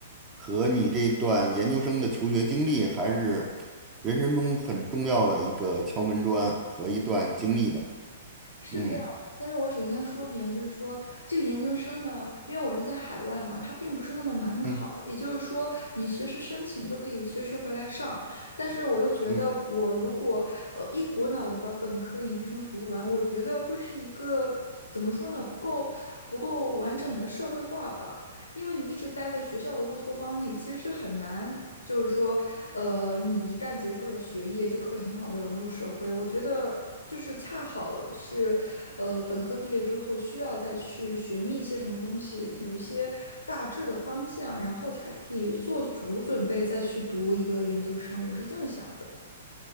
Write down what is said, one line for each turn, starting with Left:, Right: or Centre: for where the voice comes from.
Right: 和你这段研究生的求学经历还是人生中很重要的一个敲门砖和一段经历的。
Left: 是这样。
Right: 嗯
Left: 但是我首先说明，就是说这个研究生呢，因为我是在海外嘛，它并不是那么难考。
Right: 嗯
Left: 也就是说，你随时申请都可以随时回来上。但是我又觉得，
Right: 嗯，
Left: 我如果呃一股脑的把本科研究生读完，我觉得会是一个怎么说呢，不够不够完整的社会化吧。因为你一直待在学校的乌托邦里，其实是很难，就是说，呃，你一旦结束了学业，就可以很好的融入社会。我觉得就是恰好是，呃，本科毕业之后需要再去寻觅一些什么东西，有一些大致的方向，然后才可以做足准备再去读一个研究生。我是这么想的。